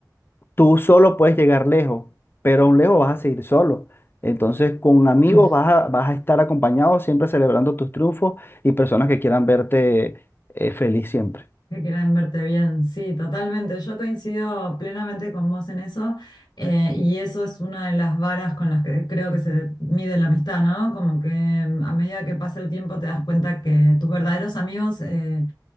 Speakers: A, on the left; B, on the left.
A: Tú solo puedes llegar lejos, pero aún lejos vas a seguir solo. Entonces, con amigos
B: <laughs>
A: vas a, vas a estar acompañado, siempre celebrando tus triunfos y personas que quieran verte eh, feliz siempre.
B: que quieran verte bien, sí, totalmente. Yo coincido plenamente con vos en eso eh, y eso es una de las varas con las que creo que se mide la amistad, ¿no? Como que mm, a medida que pasa el tiempo te das cuenta que tus verdaderos amigos... eh,